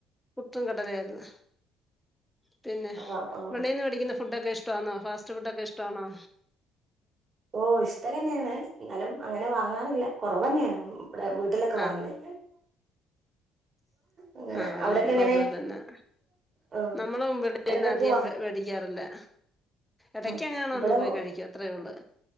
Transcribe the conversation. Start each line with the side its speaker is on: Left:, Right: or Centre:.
Centre: പുട്ടും കടലേയ്ര്ന്നു പിന്നെ
Right: ആ ഓ
Centre: വെളീന്ന് വേടിക്കുന്ന ഫുഡൊക്കെഷ്ടാന്നോ ഫാസ്റ്റ് ഫുഡൊക്കെഷ്ടാണോ?
Right: ഓ ഇഷ്ടം തന്നേണ് ന്നാലും അങ്ങനെ വാങ്ങാറില്ല കൊറവെ ന്നേണ്. അടെ വീട്ടിലൊക്കെ
Centre: ആ
Right: വാങ്ങല് അങ്ങനെ
Centre: ആഹ്
Right: അവിടൊക്കെ
Centre: നമ്മളും
Right: എങ്ങനെ
Centre: അതു അതന്നെയാ
Right: ആ
Centre: നമ്മളും വെളീന്നധികം
Right: ഇടക്കിടക്ക് വാ
Centre: വേടിക്കാറില്ല. എടക്കെങ്ങാനും
Right: ഉം ഇവിടെ
Centre: ഒന്ന് പോയി കഴിക്കും അത്രേഉള്ളു